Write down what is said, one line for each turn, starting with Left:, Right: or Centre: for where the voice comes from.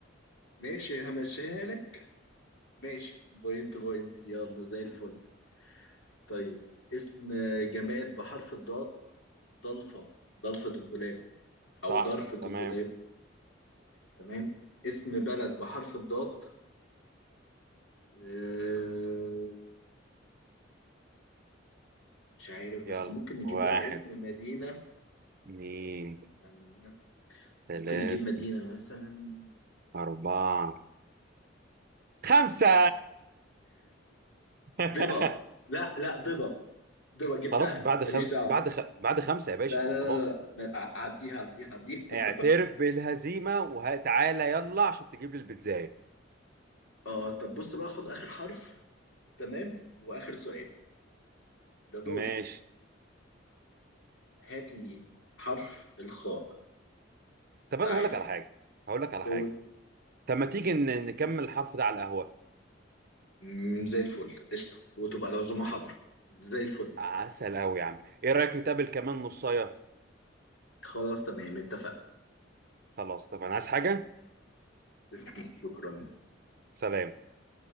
Left: ماشي همشيها لك ماشي بوينت بوينت يلا زي الفل طيب اسم جماد بحرف الضاد ضلفة ضلفة الدولاب أو
Right: صح
Left: ضرفة
Right: تمام
Left: الدولاب تمام اسم بلد بحرف الضاد آه، مش عارف
Right: يلا
Left: بس ممكن نجيب
Right: واحد
Left: بقى اسم مدينة
Right: اتنين
Left: يعني
Right: تلاتة
Left: ممكن نجيب مدينة مثلا
Right: أربعة خمسة <laughs>
Left: ضبا لا لا ضبا ضبا جبتها
Right: خلاص بعد خمسة
Left: ماليش دعوة
Right: بعد خ... بعد خمسة يا باشا
Left: لا لا
Right: خلاص
Left: لا لا ما- ع- عديها عديها عديها <laughs>
Right: اعترف بالهزيمه وتعالى يلا عشان تجيب لي البيتزاية
Left: اه طب بص بقى خد اخر حرف تمام واخر سؤال ده دوري
Right: ماشي
Left: هات لي حرف الخاء
Right: طب انا
Left: تعالى
Right: هقول لك على حاجه هقول لك على
Left: قول
Right: حاجه طب ما تيجي ن- نكمل الحرف ده على القهوه
Left: مم، زي الفل قشطه وتبقى العزومه حاضره زي الفل
Right: عسل قوي يا عم ايه رايك نتقابل كمان نصايه
Left: خلاص تمام اتفقنا
Right: خلاص طب انا عايز حاجه
Left: تسلم شكرا
Right: سلام